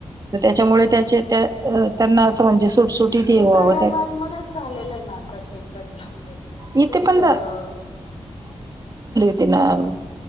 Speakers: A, on the right (about 35°); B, on the left (about 65°).
A: तर त्याच्यामुळे त्याचे त्या त्यांना असं म्हणजे. सुटसुटीत येवावं
B: हे प्रयागराज
A: त्या
B: मध्येच झालेलं ना आताच चेगरा चेगरी वैगरे इंग्रज तिथेच
A: इथे पण
B: अ,
A: तिन अ